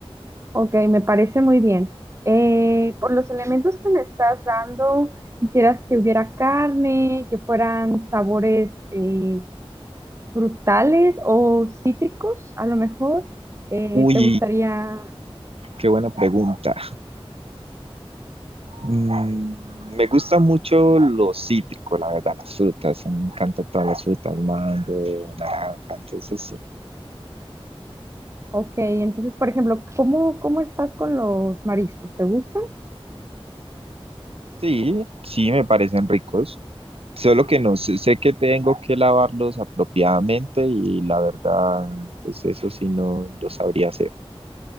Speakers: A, on the right; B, on the right.
A: Ok, me parece muy bien. Eh, por los elementos que me estás dando, ¿quisieras que hubiera carne, que fueran sabores eh, frutales o cítricos, a lo mejor? Eh,
B: Uy,
A: ¿te gustaría?
B: qué buena pregunta. Mm, me gusta mucho lo cítrico, la verdad, las frutas. Me encantan todas las frutas, mango, naranja, entonces sí.
A: Ok, entonces, por ejemplo, ¿cómo, cómo estás con los mariscos? ¿Te gustan?
B: Sí, sí, me parecen ricos. Solo que no sé, sé que tengo que lavarlos apropiadamente y la verdad, pues eso sí no lo sabría hacer.